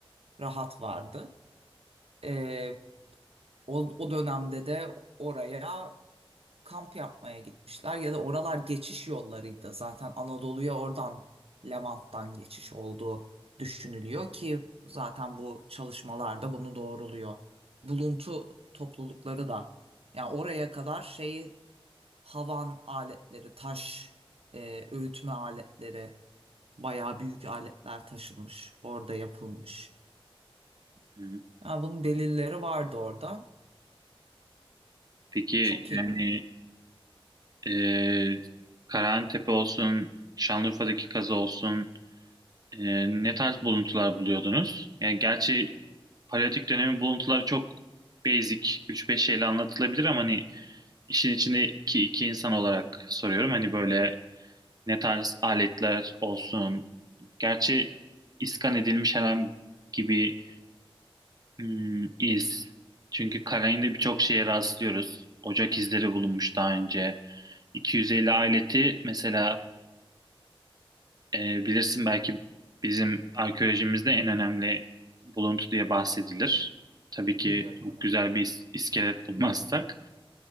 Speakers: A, on the right; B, on the right.
A: rahat vardı. E, o, o dönemde de oraya kamp yapmaya gitmişler ya da oralar geçiş yollarıydı. Zaten Anadolu'ya oradan Levant'tan geçiş olduğu düşünülüyor ki zaten bu çalışmalarda bunu doğruluyor. Buluntu toplulukları da yani oraya kadar şeyi havan aletleri, taş e, öğütme aletleri, bayağı büyük aletler taşınmış, orada yapılmış.
B: hı.
A: Yani bunun delilleri vardı orada.
B: Peki
A: Çok keyifli.
B: yani e, Karahantepe olsun, Şanlıurfa'daki kazı olsun e, ne tarz buluntular buluyordunuz? Yani gerçi paleolitik dönemin buluntuları çok basic üç beş şeyle anlatılabilir ama hani işin içindeki iki insan olarak soruyorum. Hani böyle ne tarz aletler olsun. Gerçi iskan edilmiş herhangi gibi hmm, iz. Çünkü Karain'de birçok şeye rastlıyoruz. Ocak izleri bulunmuş daha önce. 250 aleti mesela e, bilirsin belki bizim arkeolojimizde en önemli buluntu diye bahsedilir. Tabii ki
A: Biliyorum
B: çok
A: evet.
B: güzel bir is- iskelet bulmazsak.